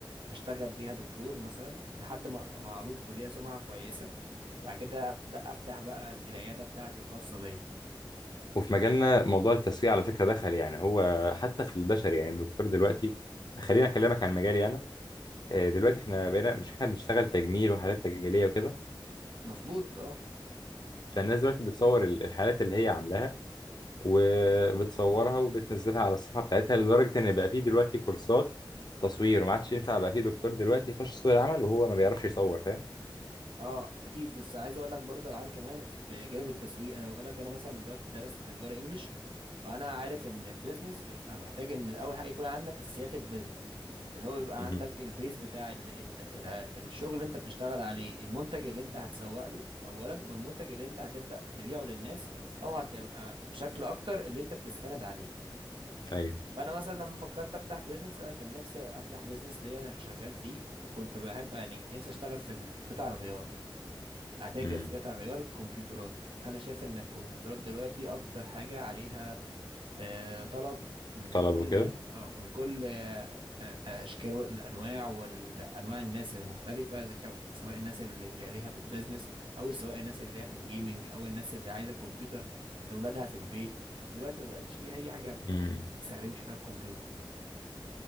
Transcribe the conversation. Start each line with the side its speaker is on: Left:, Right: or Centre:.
Right: اشتغل فيها دكتور مثلا لحد ما ابقى معروف وليا سمعه كويسه وبعد كده ابدا افتح بقى العياده بتاعتي الخاصه بيا
Left: وفي مجالنا موضوع التسويق على فكرة دخل يعني هو حتى في البشري يعني الدكتور دلوقتي خلينا أكلمك عن مجالي أنا آه، دلوقتي إحنا بقينا مش إحنا بنشتغل تجميل وحالات تجميلية وكده
Right: مظبوط اه
Left: فالناس دلوقتي بتصور ال- الحالات اللي هي عاملاها وبتصورها وبتنزلها على الصفحة بتاعتها لدرجة إن بقى فيه دلوقتي كورسات تصوير وما عادش ينفع بقى فيه دكتور دلوقتي يخش سوق العمل وهو ما بيعرفش يصور فاهم
Right: اه اكيد بس عايز اقول لك برضه على حاجه كمان بجانب التسويق انا بقول لك انا مثلا دلوقتي درست في تجاره انجلش فانا عارف ان البيزنس بيبقى محتاج ان اول حاجه يكون عندك اساسيات البيزنس اللي هو بيبقى
Left: مهم.
Right: عندك البيز بتاع ال ال ال الشغل اللي انت بتشتغل عليه المنتج اللي انت هتسوق له اولا والمنتج اللي انت هتبدا تبيعه للناس او هتبقى بشكل اكتر اللي انت بتستند عليه
Left: أيوه
Right: فانا مثلا لما فكرت افتح بيزنس انا كان نفسي افتح بيزنس ليا انا شغال فيه وكنت بحب يعني نفسي اشتغل في قطاع الغيار اتاجر
Left: مم.
Right: في قطع غيار الكمبيوترات انا شايف ان الكمبيوترات دلوقتي اكتر حاجه عليها آه، طلب من
Left: طلبه
Right: كل
Left: كده
Right: ال- آه، من كل آه، آه، اشكال والانواع والانواع الناس المختلفه إذا كا- سواء الناس اللي بيعليها في البيزنس او سواء الناس اللي ليها في الجيمنج او الناس اللي عايزه كمبيوتر لاولادها في البيت دلوقتي ما بقتش فيه اي حاجه
Left: مم.
Right: ما بتستخدمش فيها الكمبيوتر